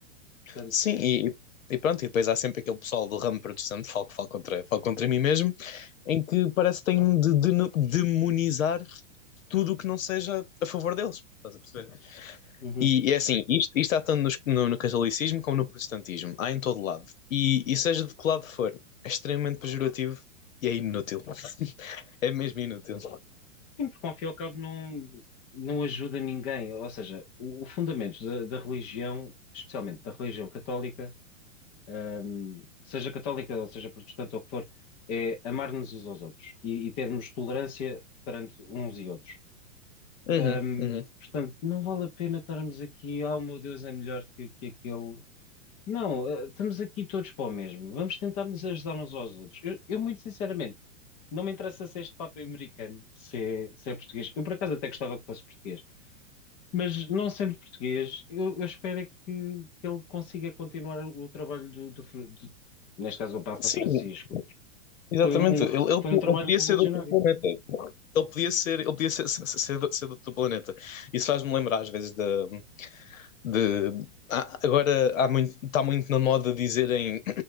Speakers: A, on the left (about 15°); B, on the left (about 85°).
A: Portanto,
B: Sim, e, e- e pronto, e depois há sempre aquele pessoal do ramo protestante, falo, falo contra, falo contra mim mesmo, em que parece que têm de, de- demonizar tudo o que não seja a favor deles. Estás a perceber?
A: Uhum.
B: E, é assim, isto, isto há tanto nos- no, no catolicismo como no protestantismo, há em todo lado. E, e seja de que lado for, é extremamente pejorativo e é inútil. <laughs> É mesmo inútil.
A: sim, porque ao fim e ao cabo não, não ajuda ninguém. Ou seja, o, o fundamento da, da religião, especialmente da religião católica, ahm, seja católica ou seja protestante ou o que for, é amar-nos uns aos outros e, e termos tolerância perante uns e outros.
B: Uhum,
A: Ahm,
B: uhum.
A: portanto, não vale a pena estarmos aqui, oh meu Deus, é melhor que, que aquele. Não, eh, estamos aqui todos para o mesmo. Vamos tentar nos ajudar uns aos outros. Eu, eu, muito sinceramente, não me interessa se este Papa é americano, se é, se é português. Eu, por acaso, até gostava que fosse português. Mas, não sendo português, eu, eu espero é que, que ele consiga continuar o trabalho do, do Fr- do- neste caso, o Papa
B: Sim,
A: Francisco.
B: Exatamente,
A: Foi um,
B: ele, ele, ele
A: foi um trabalho
B: podia
A: revolucionário.
B: ser de outro planeta. Ele podia ser, ele podia ser, ser, ser de ser de outro planeta. Isso faz-me lembrar às vezes de, de há- agora há muito, está muito na moda dizerem,